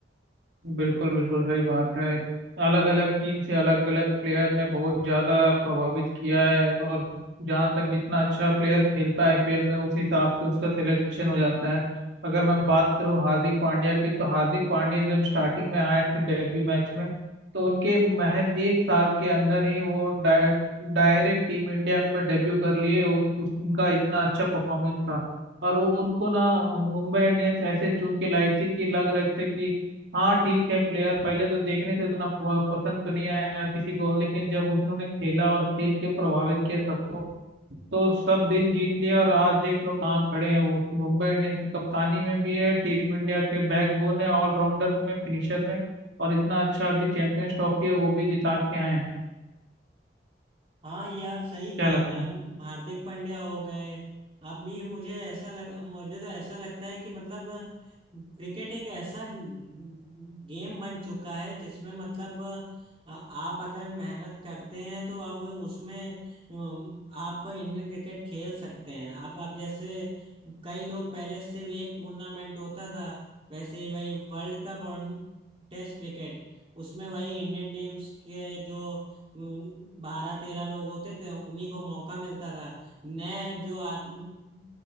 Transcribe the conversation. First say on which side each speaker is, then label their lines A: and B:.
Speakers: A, on the right; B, on the right.
A: बिल्कुल बिल्कुल सही बात है अलग अलग टीम से अलग अलग प्लेयर ने बहुत ज़्यादा प्रभावित किया है और जहाँ तक जितना अच्छा प्लेयर खेलता है आईपीएल में उस हिसाब से उसका सिलेक्शन हो जाता है अगर मैं बात करूँ हार्दिक पांड्या के तो हार्दिक पांड्या जब स्टार्टिंग में आए थे डेब्यू मैच में तो उनके महज एक साल के अंदर ही वो डाय, डायरेक्ट टीम इंडिया में डेब्यू कर लिए उ- उस- उनका इतना अच्छा परफॉर्मेंस था और वो उनको ना मुंबई इंडियंस ऐसे चुन के लाई थी कि लग रहे थे कि हाँ ठीक है प्लेयर पहले तो देखने से उतना प- पसंद तो नहीं आया किसी को लेकिन जब उन्होंने खेला और खेल के प्रभावित किया सबको तो सब दिल जीत लिया और आज देख लो कहाँ खड़े हैं वो मुंबई इंडियंस की कप्तानी में भी है टीम इंडिया के बैकबोन है ऑलराउंडर में फिनिशर में और इतना अच्छा अभी चैंपियंस ट्रॉफी है वो भी जिता के आए हैं
B: हाँ ये आप सही
A: क्या
B: कह
A: लगता
B: रहे हैं हम
A: है
B: हार्दिक पांड्या हो गए आप भी मुझे ऐसा लग मुझे तो ऐसा लगता है कि मतलब क्रिकेट एक ऐसा गेम बन चुका है जिसमें मतलब आ- आप अगर मेहनत करते हैं तो अब उसमें अम, आप इंडियन क्रिकेट खेल सकते हैं अब आप जैसे कई लोग पहले सिर्फ एक टूर्नामेंट होता था वैसे ही वही वर्ल्ड कप और टेस्ट क्रिकेट उसमें वही इंडियन टीम्स के जो बारह तेरह लोग होते थे उन्हीं को मौका मिलता था नए जो आदमी